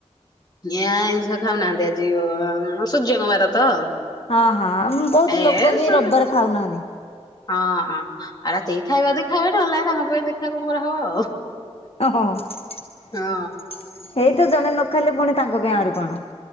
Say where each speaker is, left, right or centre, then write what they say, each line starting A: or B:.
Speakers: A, on the left (about 35°); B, on the left (about 60°).
A: ଇଏଁ ଆଇଁଷ ଖାଉ ନାହାନ୍ତି ଆଜି ଅ ସୂର୍ଯ୍ୟଙ୍କବାର ତ।
B: ହଁ ହଁ। ବହୁତ
A: ଏ
B: ଲୋକ ବି
A: ହଁ
B: ରବବାରେ ଖାଉନାହାନ୍ତି।
A: ହଁ ଅଁ ରାତିକି ଖାଇବା ବି ଖାଇବାଟା <unintelligible> କଣ କରା ହବ ଆଉ।
B: ଅଁ ହଁ।
A: ହଁ
B: ହେଇ ତ ଜଣେ ନ ଖାଇଲେ ପୁଣି ତାଙ୍କ ପାଇଁ ଆହୁରି କଣ?